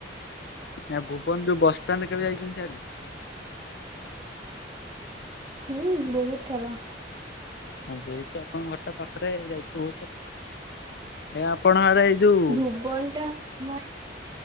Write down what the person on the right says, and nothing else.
ହୁଁ ବହୁତ୍ ଥର।
ଭୁବନ ଟା ଆମ